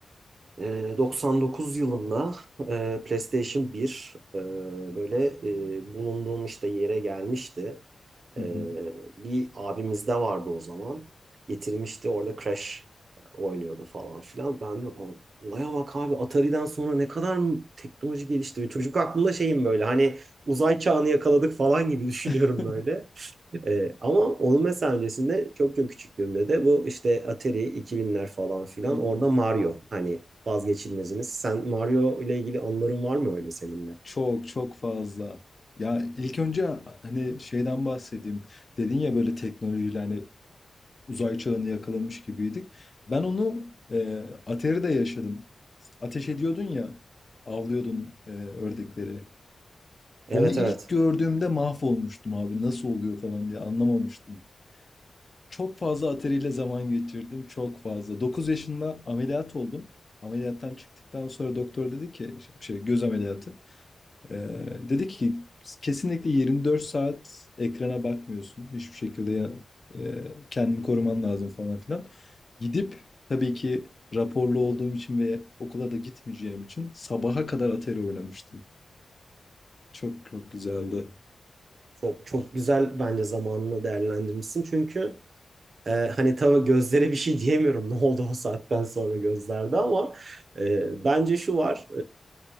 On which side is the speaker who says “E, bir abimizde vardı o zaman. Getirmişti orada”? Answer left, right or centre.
Right